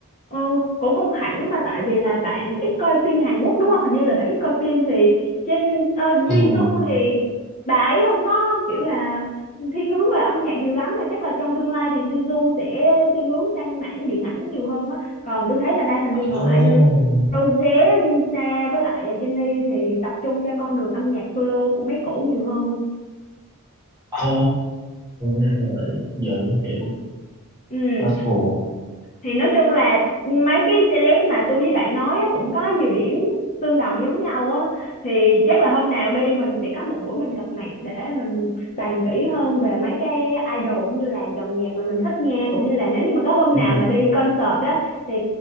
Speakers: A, on the left; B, on the right.
A: ờ, cũng không hẳn mà tại vì là bạn ít coi phim Hàn Quốc đúng không hình như là bạn ít coi phim thì trên ờ, Jisoo
B: ừ.
A: thì bà ấy không có kiểu là thiên hướng về âm nhạc nhiều lắm mà chắc là trong tương lai thì Jisoo sẽ thiên hướng sang mảng điện ảnh nhiều hơn á còn tôi thấy là ba thành viên còn
B: oh
A: lại như Rosé, Lisa với lại Jennie thì tập trung cho con đường âm nhạc solo của mấy cổ nhiều hơn
B: ồ, ra rồi, giờ tôi hiểu.
A: ừ.
B: that's cool
A: thì nói chung là mấy cái celeb mà tôi với bạn nói á, cũng có nhiều điểm tương đồng giống nhau á thì chắc là hôm nào đi mình sẽ có một buổi mình gặp mặt để mình bàn kỹ hơn về mấy cái idol cũng như là dòng nhạc mà mình thích nghe cũng như là nếu như mà có hôm
B: ừ.
A: nào mà đi concert á thì